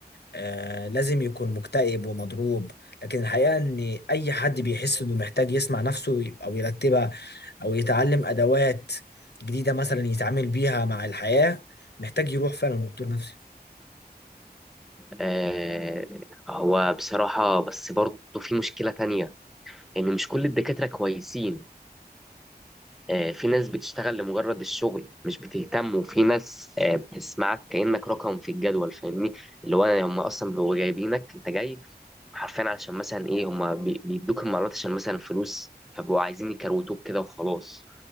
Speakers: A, on the left; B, in the centre.
A: آه لازم يكون مكتئب ومضروب لكن الحقيقة ان اي حد بيحس انه محتاج يسمع نفسه او يرتبها او يتعلم ادوات جديدة مثلا يتعامل بيها مع الحياة محتاج يروح فعلا لدكتور نفسي
B: آه هو بصراحه بس برضه في مشكله تانية ان مش كل الدكاتره كويسين آه، في ناس بتشتغل لمجرد الشغل مش بتهتم وفي ناس آه، بتسمعك كأنك رقم في الجدول فاهمني اللي هو هم اصلا بيبقوا جايبينك انت جاي حرفيا علشان مثلا ايه هم بي- بيدوك المعلومات عشان مثلا فلوس فبقوا عايزين يكروتوك كده وخلاص